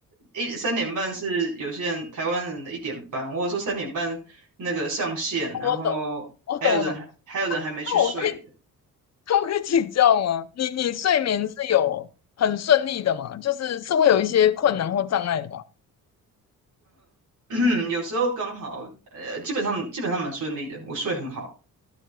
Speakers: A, on the right; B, on the left.
A: 一三点半是有些人台湾人的一点半，或者说三点半那个上线，然后还有人还还有人还没去睡的，
B: 我懂，我懂了。那我可以，那我可以请教吗？你你睡眠是有很顺利的吗？就是是会有一些困难或障碍的吗？
A: 嗯、<clears throat> 有时候刚好，呃，基本上基本上蛮顺利的，我睡很好，